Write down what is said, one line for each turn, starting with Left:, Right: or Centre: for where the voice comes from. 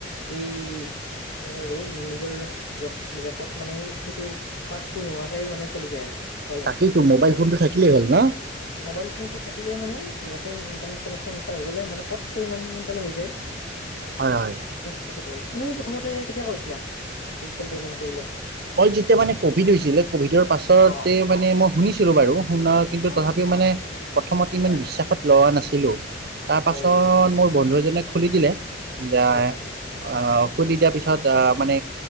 Left: এই হে নিজৰ জেপ জেপত মানে সেইটো পাৰ্চটো নোহোৱাকেই মানে চলি যায় আৰু হয় জানো
Right: তাকেইতো মোবাইল ফোনটো থাকিলেই হ'ল ন
Left: মোবাইল ফোনটো থাকিলে মানে ধুনীয়াকে ইণ্টাৰনেট কানেকশন এটা হৈ গ'লে মানে পটকে ইমানকালে হৈ যায়
Right: হয় হয়
Left: তাকেতো তুমি প্ৰথমতে কেতিয়া কৰিছিলা ডিজিটেল পেমেন্ট কৰিলো
Right: মই যেতিয়া মানে কভিড হৈছিলে কভিডৰ পাছতে
Left: অ
Right: মানে মই শুনিছিলো বাৰু শুনা কিন্তু
Left: অ
Right: তথাপিও মানে প্ৰথমতে
Left: হয়
Right: ইমান বিশ্বাসত লোৱা নাছিলো তাৰ পাছত
Left: অ হয় হয়
Right: মোৰ বন্ধু এজনে খুলি দিলে যে
Left: হয় হয় হয়
Right: আহ খুলি দিয়াৰ পিছত মানে